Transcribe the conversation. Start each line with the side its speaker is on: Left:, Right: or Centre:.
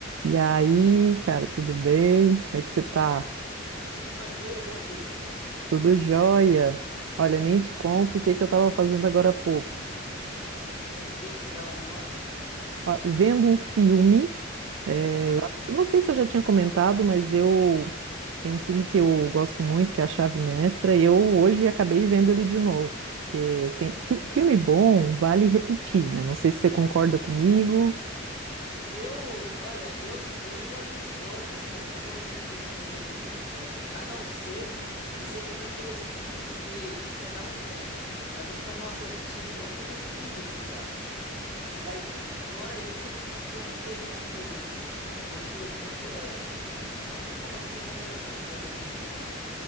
Right: E aí, cara, tudo bem? Como é que você tá?
Left: Tudo tranquilo e contigo?
Right: Tudo jóia? Olha, nem te conto o que que eu tava fazendo agora há pouco.
Left: O que que você estava arrumando?
Right: Fa- Vendo um filme, eh,
Left: Ah,
Right: eu ac- eu não sei se eu já tinha comentado, mas eu tem um filme que eu gosto muito, que é A Chave Mestra, e eu hoje acabei vendo ele de novo. Porque tem fi- filme bom, vale repetir, né? Não sei se você concorda comigo.
Left: eu, olha, eu, eu já discordo nisso aí. Eu não gosto de assistir filme repetido, sabe? A não ser que seja um daqueles filmes que você não entende. Aí eu costumo assistir de novo <laughs> para entender, sabe? Mas fora isso, eu não costumo ter muito, muito, muita. Não costuma acontecer com frequência de eu repetir, não.